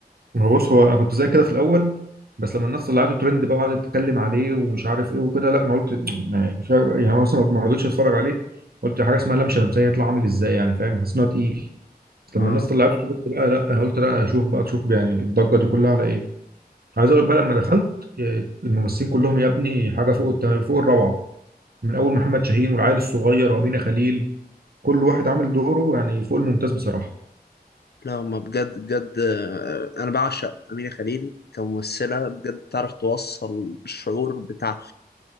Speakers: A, on the right (about 65°); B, on the left (about 75°).
A: ما هو بص هو انا كنت زي كده في الاول بس لما الناس طلعته ترند بقى وقعدت تتكلم عليه ومش عارف ايه وكده لا انا قلت ما- مش عارف- يعني أنا مثلا ما رضيتش اتفرج عليه قلت حاجه اسمها لام شمسيه يطلع عامل ازاي يعني فاهم حاسس ان هو تقيل بس
B: اه
A: لما الناس طلعته ترند بقى لا انا قلت لا اشوف بقى تشوف يعني الضجه دي كلها على ايه عايز اقول لك بقى لما دخلت إيه، الممثلين كلهم يا ابني حاجه فوق الت- فوق الروعه من اول محمد شاهين والعيل الصغير وامينه خليل كل واحد عامل دوره يعني فوق الممتاز بصراحه
B: لا ما بجد بجد آه، انا بعشق أمينة خليل كممثلة بجد بتعرف توصل الشعور بتاع